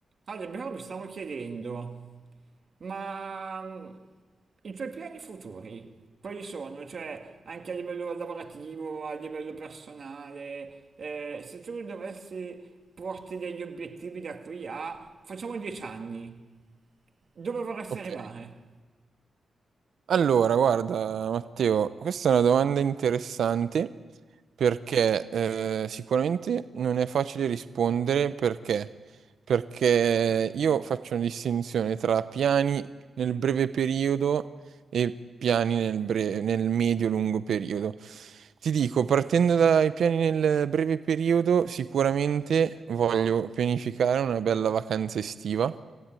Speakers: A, on the right; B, on the right.
A: Ale, però mi stavo chiedendo, ma mm, i tuoi piani futuri, quali sono? Cioè, anche a livello lavorativo, a livello personale, eh, se tu dovessi porti degli obiettivi da qui a, facciamo dieci anni, dove vorresti
B: Ok,
A: arrivare?
B: allora guarda Matteo, questa è una domanda interessante perché eh, sicuramente non è facile rispondere perché, perché io faccio una distinzione tra piani nel breve periodo e piani nel, bre- nel medio-lungo periodo. Ti dico, partendo dai piani nel breve periodo, sicuramente voglio pianificare una bella vacanza estiva